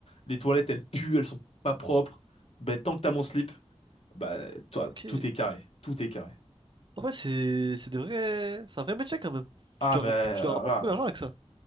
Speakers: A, on the left (about 65°); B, on the right (about 45°).
A: les toilettes, elles puent, elles sont pas propres. Ben, tant que t'as mon slip, bah, toi,
B: ok.
A: tout est carré. Tout est carré.
B: En vrai, c'est c'est des vrais. C'est un vrai métier quand même.
A: Ah,
B: Tu dois,
A: mais...
B: rem- tu dois
A: ah,
B: avoir beaucoup d'argent avec ça.